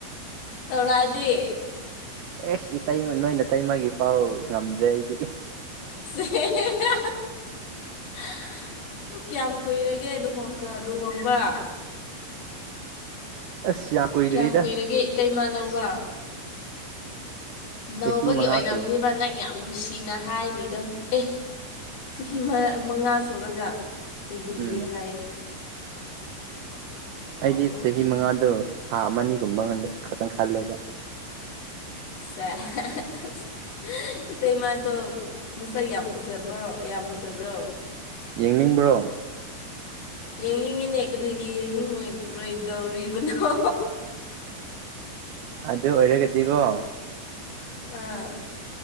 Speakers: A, on the left; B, on the right.
A: ꯇꯧꯔꯛꯑꯗꯤꯦ
B: ꯑꯦꯁ ꯏꯃ ꯅꯣꯏꯅ ꯇꯩꯃꯒꯤ ꯐꯥꯎ ꯉꯝꯗ꯭ꯔꯦ ꯑꯩꯗꯤ
A: ꯁꯤ <unintelligible> <inaudible> ꯎ ꯀꯌꯥꯝ ꯀꯨꯏꯔꯒꯦ ꯂꯨꯍꯣꯡ ꯂꯨꯍꯣꯡꯕ
B: ꯑꯁ ꯌꯥꯝ ꯀꯨꯏꯗ꯭ꯔꯤꯗ
A: ꯀꯌꯥꯝ ꯀꯨꯏꯔꯒꯦ ꯏꯇꯩ ꯏꯃꯥ ꯂꯧꯕ ꯅꯧꯕꯒꯤ
B: ꯆꯍꯤ ꯃꯉꯥ
A: ꯑꯣꯏꯔꯝꯅꯦꯕ
B: ꯁꯨꯔꯦ
A: ꯅꯪ ꯌꯥꯝ ꯅꯨꯡꯁꯤꯅ ꯍꯥꯏꯔꯤꯗꯣ ꯑꯦ ꯆꯍꯤ ꯃꯉꯥ ꯁꯨꯔꯒ ꯀꯨꯏꯗ꯭ꯔꯤꯌꯦ
B: ꯎꯝ
A: ꯍꯥꯏꯌꯦ
B: ꯑꯩꯗꯤ
A: ꯑꯣ
B: ꯆꯍꯤ ꯃꯉꯥꯗꯣ ꯊꯥ ꯑꯃꯅꯤꯅꯤꯒꯨꯝꯕ ꯈꯛꯇꯪ ꯈꯜꯂꯦꯕ
A: ꯁ <inaudible> <unintelligible> ꯏꯇꯩꯃꯗꯣ ꯃꯁꯛ ꯌꯥꯝ ꯐꯖꯕ꯭ꯔꯣ ꯌꯥꯝ ꯐꯖꯕ꯭ꯔꯣ
B: ꯌꯦꯡꯅꯤꯡꯕ꯭ꯔꯣ
A: ꯌꯦꯡꯅꯤꯡꯉꯤꯅꯦ ꯀꯔꯤꯒꯤ ꯌꯦꯡꯅꯤꯡꯉꯔꯣꯏꯗꯧꯔꯤꯕꯅꯣ
B: ꯑꯗꯨ ꯑꯣꯏꯔꯒꯗꯤꯀꯣ
A: ꯑꯥ